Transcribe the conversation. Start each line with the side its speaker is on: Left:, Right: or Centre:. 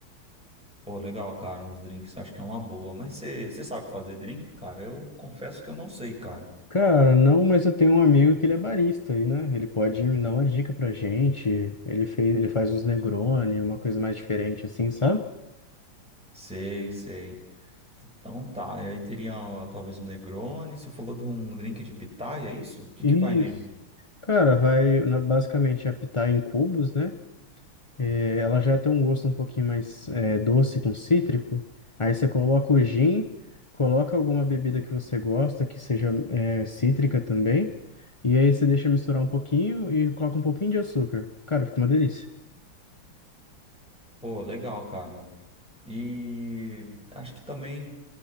Centre: Pô, legal, cara, uns drinks, acho que é uma boa. Mas você você sabe fazer drink, cara? Eu confesso que eu não sei, cara.
Left: Cara, não, mas eu tenho um amigo que ele é barista aí, né? Ele pode me dar uma dica pra gente. Ele fez, ele faz uns Negroni, uma coisa mais diferente assim, sabe?
Centre: Sei, sei. Então tá, e aí teria ó, talvez um Negroni, você falou de um drink de pitaia, é isso? O que
Left: Isso.
Centre: que vai nele?
Left: Cara, vai, na- basicamente, é pitaia em cubos, né? É, ela já tem um gosto um pouquinho mais é, doce com cítrico. Aí você coloca o gin, coloca alguma bebida que você gosta, que seja é, cítrica também. E aí você deixa misturar um pouquinho e coloca um pouquinho de açúcar. Cara, fica uma delícia.
Centre: Pô, legal, cara. E acho que também.